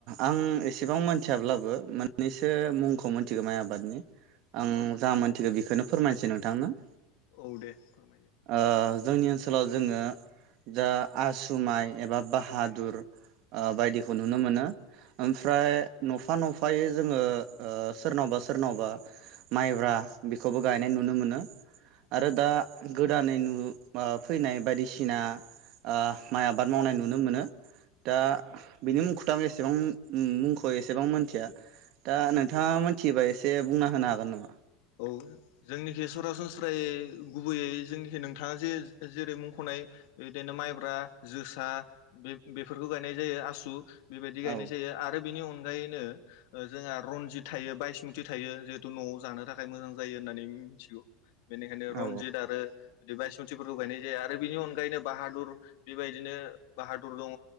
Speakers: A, on the right; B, on the left.
A: आं एसेबां मिथियाब्लाबो मोननैसो मुंखौ मिथिगौ माइ आबद बादनि आं
B: औ
A: जा मोनथिगौ बेखोनो फोरमायनोसै नोंथांनो।
B: औ दे फोरमायदो
A: ओ जोंनि ओनसोलाव जोङो जा आसु माइ एबा ब बाहादुर
B: औ
A: ओ बायदिखौ नुनो मोनो ओमफ्राय
B: औ
A: नफा नफायै जोङो सोरनावबा सोरनावबा माइब्रा बेखौबो गायनाय नुनो
B: औ
A: मोनो
B: औ
A: आरो दा
B: नंगौ
A: गोदानै नु फैनाय बायदिसिना ओ माइ आबाद मावनाय नुनो मोनो। दा
B: औ
A: बिनि मुंखौ एसेबां मुंखौ एसेबां मोनथिया दा
B: औ नंगौ
A: नोंथाङा
B: नोंथां
A: मोनथियोबा एसे दे बुंना होनो हागोन नामा?
B: औ जोंनिखि सरासनस्रायै गुबैयै जोंनिखि नोंथाङा जे जेरै मुंख'नाय बिदिनो माइब्रा जोसा बे बेफोरखौ गायनाय जायो आसु बेबायदि गायनाय
A: औ
B: जायो आरो बेनि अनगायैनो जोंहा रनजित थायो बायसमुति थायो जिहेथु न'आव जानो थाखाय थाखाय मोजां जायो होननानै मिथिगौ बेनिखायनो रनजित
A: औ
B: आरो बि बासमितफोरखौ गायनाय जाया आरो बिनि अनगायैनो बाहादुर बेबायदिनो बाहादुर दङ